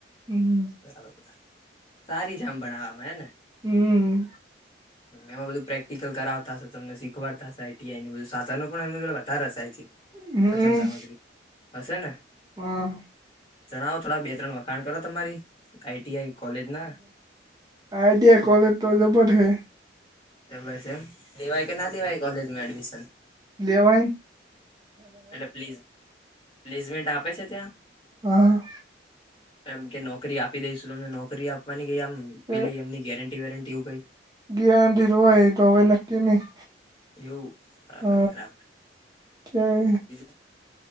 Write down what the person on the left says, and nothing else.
બરાબર સારી જામ ભણાવામાં હેને
એમાં બધું પ્રેક્ટિકલ કરાવતા હશે તમને શીખવાડતા હશે આઈટીઆઈ નુ બધુ સા સનું પન એમની જોડે વધારે હસે આઈ થિન્ક
સતન સામગ્રી હશે ને
જણાવો થોડા બે ત્રણ વાત ખાણ કરો તમારી આઈટીઆઈ કોલેજ ના
તો બસ એમ લેવાય કે ના લેવાય એ કોલેજમાં એડમિશન
એટલે પ્લીસ પ્લીઝમેન્ટ આપે છે, ત્યા
એમ કે નોકરી આપી દઈશું તમને નોકરી આપવાની ગઇ આમ પેલી
એમની ગેરંટી વેરંટી એવું કઈ
એવું બરાબર
બરાબર
બીજું